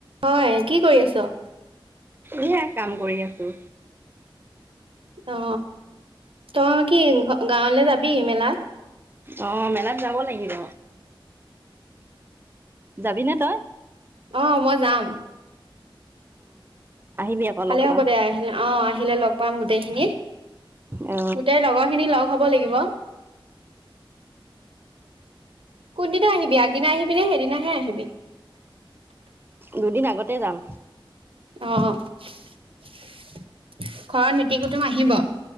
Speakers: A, on the right; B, on the right.
A: হয় কি কৰি আছ
B: এয়া কাম কৰি আছো
A: অ তইে কি গাঁৱলৈ যাবি মেলাত
B: অ'হ মেলাত যাব লাগিল যাবি নে তই
A: অ মই যাম
B: অ আহিবি আকৌ
A: ভালে
B: লগ
A: হ'ব
B: পাম
A: দে আহিলে অ আহিলে লগ পাম গোটেইখিনি
B: অ
A: গোটেই লগৰ খিনি লগ হ'ব লাগিব কোনদিনা আহিবি আগদিনা আহিবি নে সেইদিনাাহে আহিবি
B: দুদিন আগতে যাম
A: অ ঘৰত মিট কুটুম আহিব